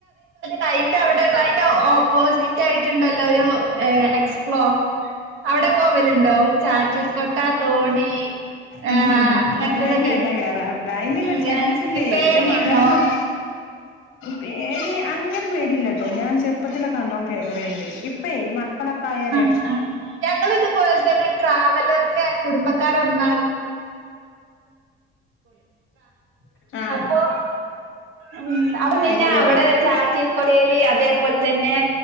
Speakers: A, on the right; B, on the left.
A: ടൈന്റെ അവിടെള്ളായിട്ട് ഓപ്പോസിറ്റായിട്ടുണ്ടല്ലോ ഒരുഎക്സ് മ്പോ അവിടെ പോവലുണ്ടോ? ചാറ്റിൽ കൊട്ടാ തോണി.
B: ഉം
A: ആഹ് അങ്ങനത്തതൊക്കെ
B: അയില അല്ല കേറ അയിനല്ല
A: ഇല്ല
B: ചാൻസ് ഇല്ലേ
A: പേടിണ്ടോ
B: ദ മണൽ ഉം പേടി അങ്ങനെ പേടില്ലട്ടോ ഞാ ചെറുപ്പത്തിലൊക്കെ നല്ലോം കേറിയണ്ട് ഇപ്പെ മക്കളൊക്കെ ആയോരെ
A: ആ ഞങ്ങള് ഇതുപോലെതന്നെ ട്രാവലറിന്റെ കുടുംബക്കാര ഒന്നാ
B: ആഹ്
A: അപ്പൊ ഉം അപ്പൊ പിന്നെ
B: അയില് കേറും
A: അവിടെ ചാറ്റി മുട്ടെല് അതേപോലെ തന്നെ